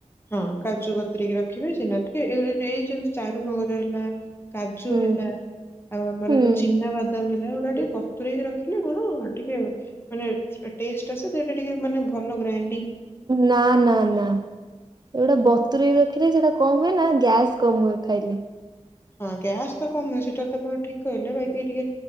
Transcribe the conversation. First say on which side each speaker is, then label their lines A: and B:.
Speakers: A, on the left; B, on the right.
A: ହଁ କାଜୁ ବତୁରେଇକି ରଖିବେ ସିନା ଟିକେ ଏଗୁଡା ଯଦି ଏଇ ଜିନିଷ ଚାରୁମଗଜ ହେଲା କାଜୁ
B: ହୁଁ।
A: ହେଲା ଆଉ ଆମର
B: ହୁଁ
A: ଯୋଉ ଚିନାବାଦାମ ହେ ସେଗୁଡ଼ା ଟିକେ ବତୁରେଇକି ରଖିଲେ କଣ ଟିକେ ମାନେ ଟେଷ୍ଟ ଆସେ ସେଇଟା ଟିକେ ମାନେ ଭଲ ଗ୍ରାଇ
B: ନା ନା ନା ଏଗୁଡା ବ ବତୁରେଇକି ରଖିଲେ ସେଇଟା କଣ ହୁଏ ନା ଗ୍ୟାସ୍ କମ୍ ହୁଏ ଖାଇଲେ।
A: ହଁ ଗ୍ୟାସ୍ ତ କମ୍ ହୁଏ ସେଇଟା ତ ଆପଣ ଠିକ କହିଲେ ବାକି ଟିକେ